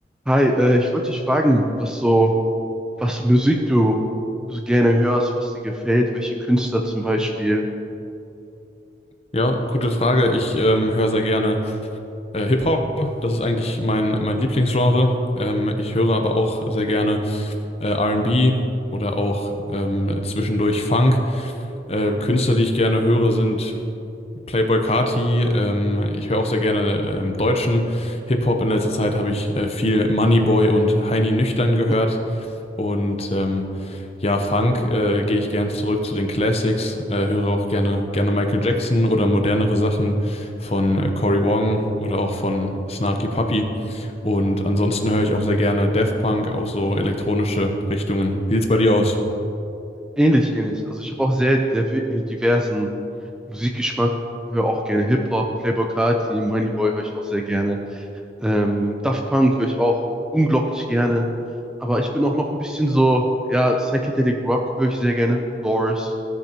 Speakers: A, in the centre; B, on the left.
A: Hi, äh, ich wollte dich fragen, was so, was für Musik du so gerne hörst, was dir gefällt, welche Künstler zum Beispiel.
B: Ja, gute Frage. Ich ähm, höre sehr gerne äh, Hip-Hop. Das ist eigentlich mein, mein Lieblingsgenre. Ähm, ich höre aber auch sehr gerne äh, R&B oder auch ähm, zwischendurch Funk. Äh, Künstler, die ich gerne höre, sind Playboi Carti. Ähm, ich höre auch sehr gerne ähm, deutschen Hip-Hop. In letzter Zeit habe ich äh, viel Moneyboy und Heini Nüchtern gehört.
A: Hm,
B: Und ähm, Ja, Funk, äh, gehe ich gern zurück zu den Classics, äh, höre auch gerne, gerne Michael Jackson oder modernere Sachen von äh, Cory Wong oder auch von Snarky Puppy. Und ansonsten höre ich auch sehr gerne Daft Punk, auch so elektronische Richtungen. Wie sieht's bei dir aus?
A: Ähnlich, ähnlich. Also ich habe auch sehr diver- äh, diversen Musikgeschmack, höre auch gerne Hip-Hop, Playboi Carti, Moneyboy höre ich auch sehr gerne. Ähm, Daft Punk höre ich auch unglaublich gerne. Aber ich bin auch noch ein bisschen so, ja, Psychedelic Rock höre ich sehr gerne, Doors.